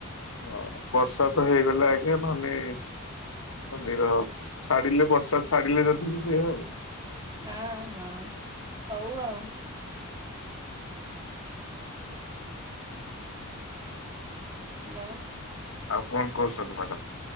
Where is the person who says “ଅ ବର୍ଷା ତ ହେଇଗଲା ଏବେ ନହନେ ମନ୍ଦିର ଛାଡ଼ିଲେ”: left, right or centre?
Left